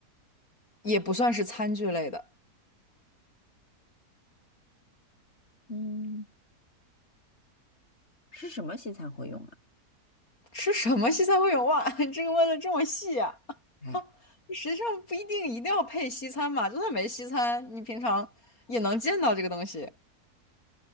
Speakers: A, on the left; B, on the left.
A: 也不算是餐具类的。
B: 嗯，是什么西餐会用啊？
A: 吃什么西餐会有袜？<laughs> 这个问的这么细啊？<laughs>
B: 哎。
A: 实际上不一定一定要配西餐嘛，就算没西餐，你平常也能见到这个东西。